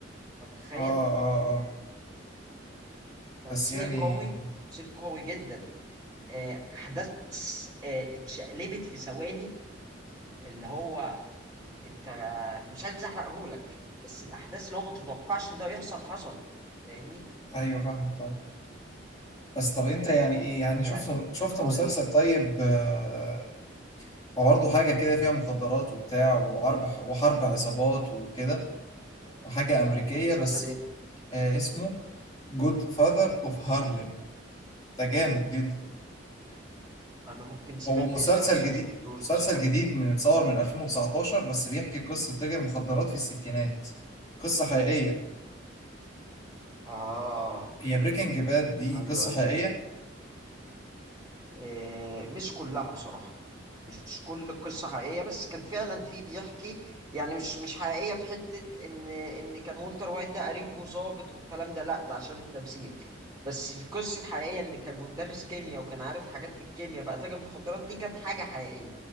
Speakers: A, on the right (about 20°); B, on the left (about 20°).
A: أنت متخيل؟
B: اه اه اه
A: تمثيل
B: بس يعني
A: قوي تمثيل قوي جدا آه، أحداث آه، اتشقلبت في ثواني اللي هو أنت مش عايز أحرقهولك بس الأحداث اللي هو ما تتوقعش إن ده يحصل حصل فاهمني؟
B: ايوه فاهمك طبعا بس طب انت يعني ايه يعني
A: يعني
B: شفت شفت
A: قول
B: مسلسل
A: لي،
B: طيب آه، وبرضه حاجة كده فيها مخدرات وبتاع وحرب وحرب عصابات وكده وحاجة أمريكية
A: مسلسل
B: بس
A: إيه؟
B: آه اسمه جود فاذر اوف هارلم ده جامد جدا
A: أنا ممكن سمعت
B: هو مسلسل
A: اسمه بس
B: جديد
A: ما شفتوش
B: مسلسل
A: بصراحة
B: جديد من اتصور من 2019 بس بيحكي قصة تاجر مخدرات في الستينات قصة حقيقية
A: آه
B: هي بريكنج باد دي
A: أيوه
B: قصة
A: أيوه
B: حقيقية
A: آه، مش كلها بصراحة مش كل القصة حقيقية بس كان فعلا في بيحكي يعني مش مش حقيقية في حتة إن إن كان والتر وايت ده قريبه ظابط والكلام ده لأ ده عشان التمثيل بس في قصة حقيقية إن كان مدرس كيمياء وكان عارف حاجات في الكيمياء بقى تاجر مخدرات دي كانت حاجة حقيقية